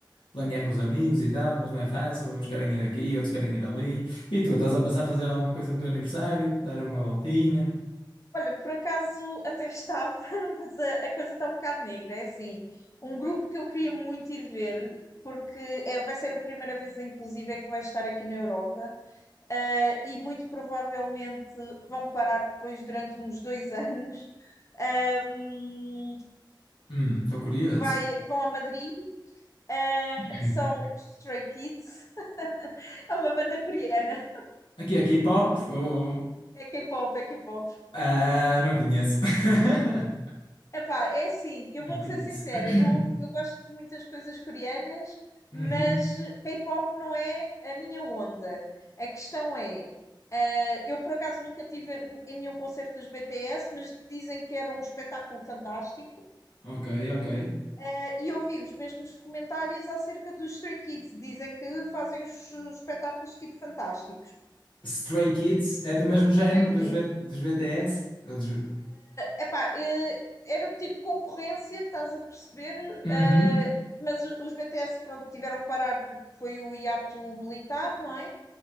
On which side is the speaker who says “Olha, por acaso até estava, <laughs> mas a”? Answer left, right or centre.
Left